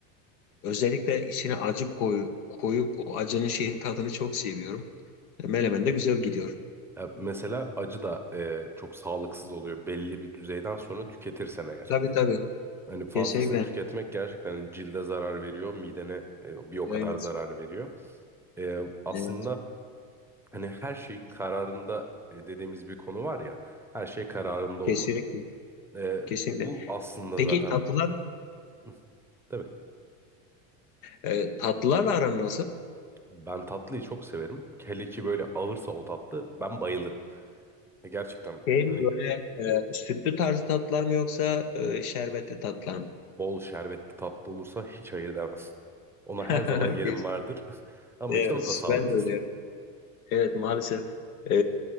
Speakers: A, on the left (about 80°); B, in the centre.
A: Özellikle içine acı koy, koyup o acının şeyin tadını çok seviyorum. Menemen
B: <laughs>
A: de güzel gidiyor.
B: Ya mesela acı da e, çok sağlıksız oluyor belli bir düzeyden sonra tüketirsen eğer.
A: Tabii tabii.
B: Hani fazlasını
A: Kesinlikle.
B: tüketmek gerçekten hani cilde zarar veriyor, midene e, bir o
A: Evet.
B: kadar zarar veriyor. E, aslında
A: Evet.
B: hani her şeyin kararında e, dediğimiz bir konu var ya, her şey kararında
A: Kesinlikle.
B: olmalı. E,
A: Kesinlikle.
B: bu aslında
A: Peki
B: zaten
A: tatlılar
B: Hı, tabii
A: e, tatlılarla aran nasıl?
B: ben tatlıyı çok severim. Hele ki böyle ağırsa o tatlı ben bayılırım. E, gerçekten
A: Şey
B: hani
A: mi böyle e, sütlü tarzı tatlılar mı yoksa e, şerbetli tatlılar mı?
B: Bol şerbetli tatlı olursa hiç hayır demez. Ona
A: <laughs>
B: her zaman yerim
A: Kes-
B: vardır. <laughs> Ama
A: Evet.
B: işte o da sağlıksız.
A: Ben de öyle. Evet maalesef. E,